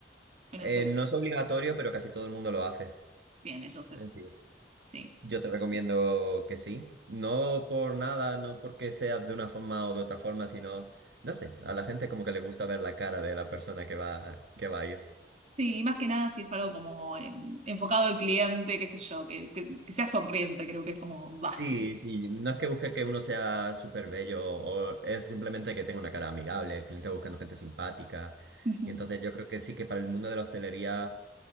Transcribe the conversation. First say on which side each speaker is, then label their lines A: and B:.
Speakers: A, on the right; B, on the right.
A: en
B: Eh,
A: el CV?
B: no es obligatorio, pero casi todo el mundo lo hace.
A: Bien, entonces.
B: Es decir,
A: Sí,
B: yo te recomiendo que sí. No por nada, no porque sea de una forma o de otra forma, sino, no sé, a la gente como que le gusta ver la cara de la persona que va, que va a ir.
A: sí, y más que nada si es algo como em, enfocado al cliente, qué sé yo, que, que- que sea sonriente, creo que es como básico.
B: Sí, sí, no es que busque que uno sea súper bello, o es simplemente que tenga una cara amigable, el cliente va buscando gente simpática.
A: Ujú.
B: Y entonces yo creo que sí que para el mundo de la hostelería,